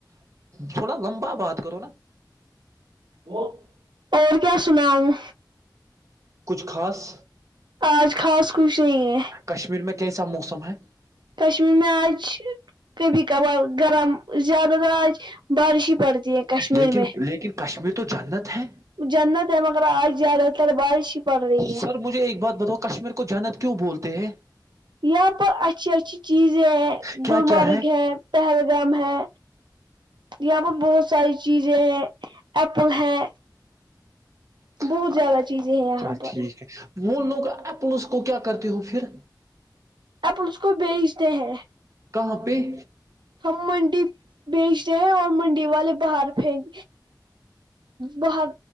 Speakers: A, on the right (about 45°); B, on the right (about 80°).
A: تھوڑا لمبا بات کرو نا
B: اور کیا سنا ہوں
A: کچھ خاص
B: آج خاص خوش نہیں ہے
A: کشمیر میں کیسا موسم ہے
B: کشمیر میں آج کبھی کبھار گرم زیادہ تر آج بارش ہی پڑتی ہے کشمیر
A: لیکن
B: میں
A: لیکن کشمیر تو جنت ہے
B: جنت ہے مگر آج زیادہ تر بارش ہی پڑ رہی ہے
A: سر مجھے ایک بات بتاؤ کشمیر کو جانت کیوں بولتے ہیں
B: یہاں پر اچھی اچھی چیزیں ہیں
A: کیا
B: گلمرگ
A: کیا
B: ہے پہلگام ہے یہاں پر بہت ساری چیزیں ہیں ایپل ہے
A: اچھا
B: بہت زیادہ چیزیں ہیں یہاں پر
A: ٹھیک ہے وہ لوگ ایل اس کو کیا کرتے ہو پھر
B: آپ اس کو بیچتے ہیں
A: کہاں پہ
B: ہم منڈی بیچتے ہیں اور منڈی والے باہر پھیک باہر